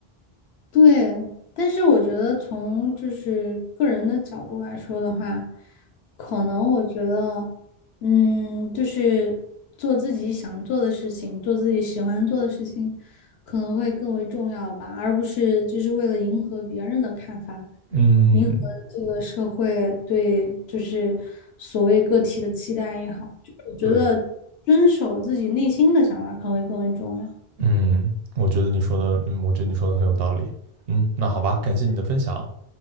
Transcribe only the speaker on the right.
嗯，
对，嗯，我觉得你说的，嗯，我觉得你说的很有道理。嗯，那好吧，感谢你的分享。